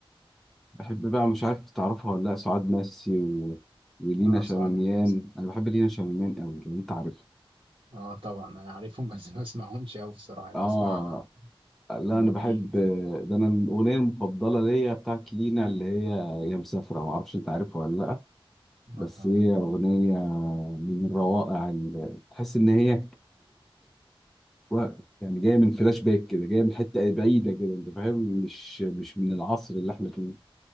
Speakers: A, in the centre; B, on the right.
A: بحب بقى مش عارف تعرفها ولا لا سعاد مسي و... ولينا
B: اه
A: شماميان
B: سعاد الناس
A: انا بحب لينا شماميان قوي لو انت عارفها
B: اه طبعا انا عارفهم <laughs> بس ما اسمعهمش قوي بصراحة يعني
A: اه
B: اسمع
A: لا
B: ويجز
A: انا بحب ده انا الاغنيه المفضله ليا بتاعت لينا اللي هي يا مسافره ما اعرفش انت عارفها ولا لا بس
B: اه طبعا
A: هي أغنية من الروائع ال- تحس إن هي و- يعني جاية من فلاش باك كده جاية من حتة بعيدة كده أنت فاهم مش مش من العصر اللي إحنا فيه